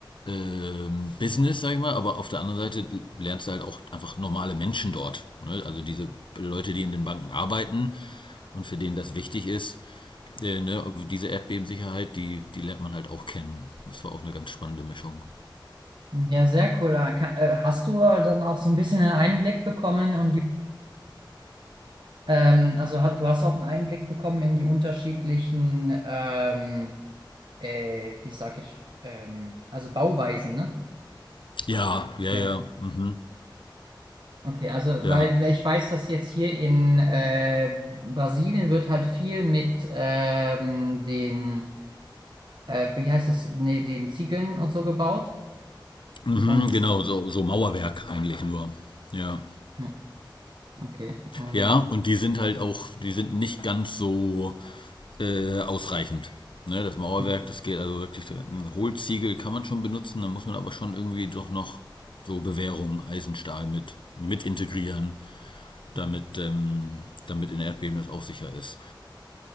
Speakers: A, on the left (about 75°); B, on the right (about 65°).
A: ähm, Business, sag ich mal, aber auf der anderen Seite lernst du halt auch einfach normale Menschen dort. Ne? Also diese Leute, die in den Banken arbeiten und für denen das wichtig ist, äh, ne, aber diese Erdbebensicherheit, die, die lernt man halt auch kennen. Das war auch eine ganz spannende Mischung.
B: Ja, sehr cool. Äh, ka- äh, Hast du äh, dann auch so ein bisschen einen Einblick bekommen und die, ähm, also ha- du hast auch einen Einblick bekommen in die unterschiedlichen, ähm, äh, wie sag ich, ähm, also Bauweisen, ne?
A: Ja, ja,
B: Ja.
A: ja. Mhm,
B: Okay, also
A: ja.
B: weil, weil ich weiß, dass jetzt hier in äh, Brasilien wird halt viel mit ähm, den, äh, wie heißt es, nee, den Ziegeln und so gebaut.
A: Mhm,
B: Und
A: genau, so, so Mauerwerk eigentlich nur. Ja.
B: ja, okay, und
A: Ja, und die sind halt auch, die sind nicht ganz so äh, ausreichend. Ne, das Mauerwerk,
B: hm,
A: das geht also wirklich, ein Hohlziegel kann man schon benutzen, dann muss man aber schon irgendwie doch noch so Bewährung, Eisenstahl mit, mit integrieren,
B: hm,
A: damit, ähm, damit in Erdbeben das auch sicher ist.